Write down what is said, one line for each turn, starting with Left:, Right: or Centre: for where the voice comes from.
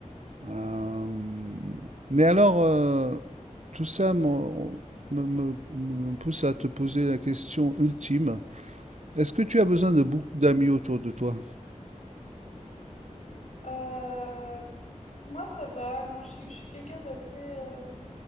Right: Euh, mais alors, euh, tout ça m'en- me, me- me pousse à te poser la question ultime. Est-ce que tu as besoin de beaucoup d'amis autour de toi?
Left: heu, moi ça va, non je suis je suis quelqu'un d'assez, euh,